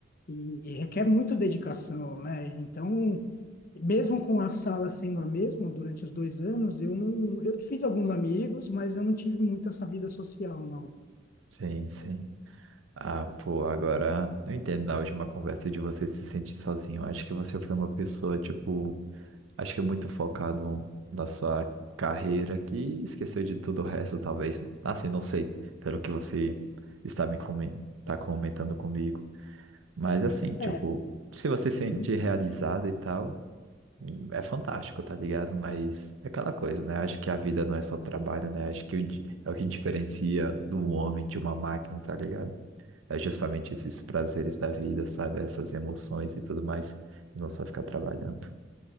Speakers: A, on the left; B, on the right.
A: e requer muita dedicação, né? Então, mesmo com a sala sendo a mesma durante os dois anos, eu não, eu fiz alguns amigos, mas eu não tive muito essa vida social, não.
B: sim, sim. Ah, pô, agora eu entendo na última conversa de você se sentir sozinho. Acho que você foi uma pessoa, tipo, acho que muito focado na sua carreira que esqueceu de tudo o resto, talvez. Assim, não sei, pelo que você está me comen- tá comentando comigo. Mas assim, tipo,
A: É.
B: se você se
A: Uhum.
B: sentir realizado e tal, é fantástico, tá ligado? Mas é aquela coisa, né? Acho que a vida não é só trabalho, né? Acho que o di- é o que diferencia do homem de uma máquina, tá ligado? é justamente esses prazeres da vida, sabe? Essas emoções e tudo mais, e não só ficar trabalhando.